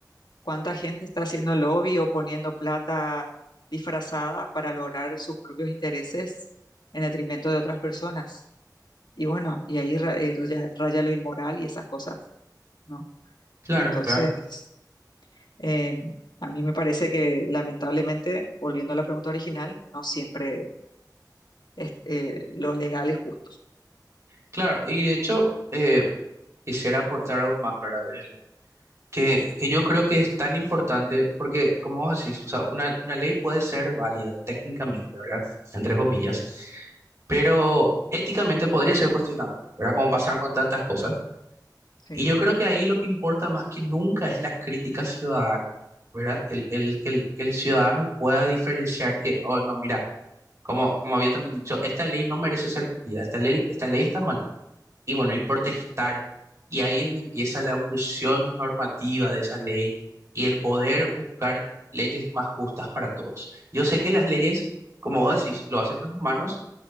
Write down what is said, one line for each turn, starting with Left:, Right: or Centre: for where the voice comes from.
Left: ¿Cuánta gente está haciendo lobby o poniendo plata disfrazada para lograr sus propios intereses en detrimento de otras personas? Y bueno, y ahí ra- eh, ya raya lo inmoral y esas cosas, ¿no?
Right: Claro,
Left: Entonces,
Right: claro.
Left: eh, a mí me parece que lamentablemente, volviendo a la pregunta original, no siempre es- eh, lo legal es justo.
Right: Claro, y de hecho, eh, quisiera aportar aún más, ¿verdad? El- que, que yo creo que es tan importante porque, como vos decís, o sea, una, una ley puede ser válida técnicamente, ¿verdad? Entre comillas, pero éticamente podría ser cuestionable, ¿verdad? Como pasaron con tantas cosas.
Left: Sí.
Right: Y yo creo que ahí lo que importa más que nunca es la crítica ciudadana, ¿verdad? El, el, que el, que el ciudadano pueda diferenciar que, oh, no, mira. Como, como había también dicho, esta ley no merece ser cumplida, esta ley, esta ley está mal. Y bueno, y protestar. Y ahí es donde empieza la evolución normativa de esa ley y el poder buscar leyes más justas para todos. Yo sé que las leyes, como vos decís, lo hacen los humanos